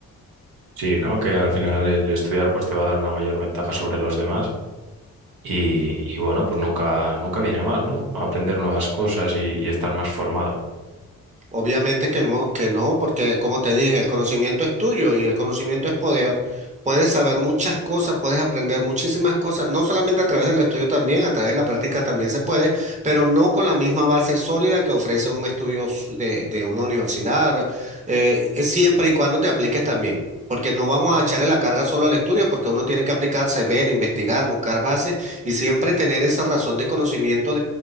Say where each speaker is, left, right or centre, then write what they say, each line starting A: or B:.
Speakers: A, on the right; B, on the right.
A: Sí, ¿no? Que al final el estudiar pues te va a dar una mayor ventaja sobre los demás y, y bueno, pues nunca, nunca viene mal, ¿no? Aprender nuevas cosas y, y estar más formado.
B: Obviamente que, mo- que no, porque como te dije, el conocimiento es tuyo y el conocimiento es poder. Puedes saber muchas cosas, puedes aprender muchísimas cosas, no solamente a través del estudio también, a través de la práctica también se puede, pero no con la misma base sólida que ofrece un estudio s- de, de una universidad, eh, eh, siempre y cuando te apliques también, porque no vamos a echarle la carga solo al estudio, porque uno tiene que aplicarse, ver, investigar, buscar bases y siempre tener esa razón de conocimiento